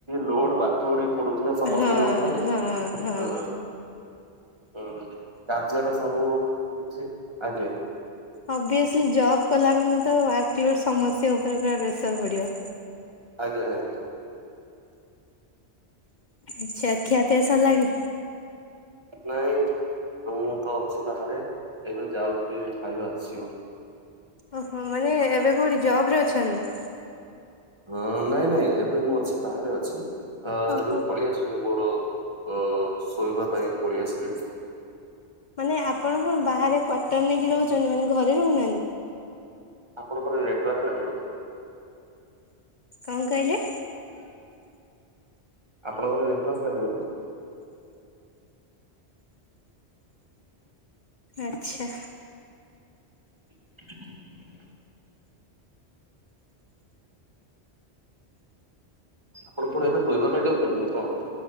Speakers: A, on the right; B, on the left.
A: ଲୋଡ ବା ପୋଡି ପଡୁଥିଲା ସମସ୍ତିଙ୍କ
B: ହଁ
A: ଉପରେ
B: ହଁ
A: ହୁଁ।
B: ହଁ
A: ହଁ କାର୍ଯ୍ୟର ସବୁ କିଛି ଆଜ୍ଞା।
B: ଅଭିଏସଲି ଜବ୍ କଲା ମାନେ ତ ୱାର୍କ ଲୋଡ ସମସ୍ୟାଙ୍କ ଉପରେ ପୁର ପ୍ରେସର ପଡିବ।
A: ଆଜ୍ଞା ଆଜ୍ଞା।
B: ଆଛା ଆଖିପିଆ ସରିଲାଣି?
A: ନାଇଁ ମୁଁ ତ ଅଛି ବାହାରେ ଏବେ ଯାଉଛି ଖାଇବା ଆସିବ।
B: ଓହୋ ମାନେ ଏବେ କୋଉଠି ଜବ ରେ ଅଛନ୍ତି?
A: ହଁ ନାଇଁ ନାଇଁ ଏବେ ମୁଁ ଅଛି ବାହାରେ ଅଛି
B: ଓହୋ
A: ଏବେ ପଳେଇଆ। ଆ ମୋର ଅ ଶୋଇବା ପାଇଁ ପଳେଇ ଆସିଲିଣି।
B: ମାନେ ଆପଣ କଣ ବାହାରେ କ୍ଵାର୍ଟର ନେଇକି ରହୁଛନ୍ତି ମାନେ ଘରେ ରହୁନାହାନ୍ତି।
A: ଆପଣଙ୍କର ନେଟୱାର୍କ ନାହିଁ ବୋଧେ।
B: କଣ କହିଲେ?
A: <unintelligible> ଆପଣଙ୍କର ନେଟୱାର୍କ୍ସ ପାଉହି ବୋଧେ।
B: ଆଛା।
A: <unintelligible> ଆପଣ କଣ ଏବେ ଶୋଇବା ପାଇଁ ଯାଉଛନ୍ତି ନା କଣ?